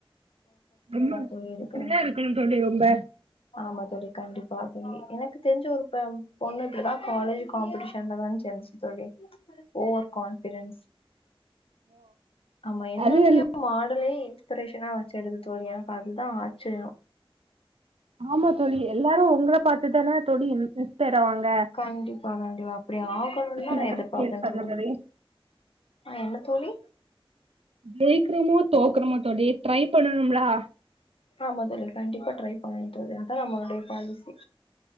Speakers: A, on the right; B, on the left.
A: ரொம்ப
B: தோழி இருக்குறே
A: இப்பிடிதா இருக்கணு தோழி ரொம்ப
B: ஆமா தோழி கண்டிப்பா தோழி எனக்கு தெரிஞ்சி ஒருத்த ஒண்ணுக்குதா காலேஜ் காம்பிடேஷன்ல தா சேந்துச்சி தோழி ஓவர் கான்பிடன்ஸ் ஆமா என்னுடைய
A: அது
B: மாட் இவளே இன்ஸ்பிரேஷனா வெச்சி இருந்தே தோழி எனக்கு அதுதா ஆச்சரயோ
A: ஆமா தோழி எல்லாரு உங்கள பாத்துதான தோழி இன்ஸ் ஃபயராவாங்க
B: கண்டிப்பா கண்டிப்பா அப்டி ஆகணுன் தா
A: நெவர்
B: நா எதிர்பாப்பே
A: ஃபெயில்ஸ் அந்த
B: தோழி
A: மாரி
B: ஆ என்ன தோழி
A: ஜெயிக்றோமோ தோக்குறமோ தோழி ட்ரை பண்ணனும்லோ
B: ஆமா தோழி கண்டிப்பா ட்ரை பண்ணணு தோழி அதா நம்மளுடைய பாலிசி